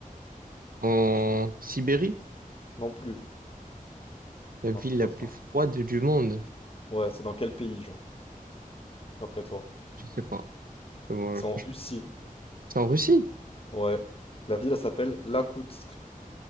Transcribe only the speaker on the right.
En
Sibérie?
La
ville
la
plus
froide du monde?
Je sais pas. C'est bon,
franchement,
c'est en Russie?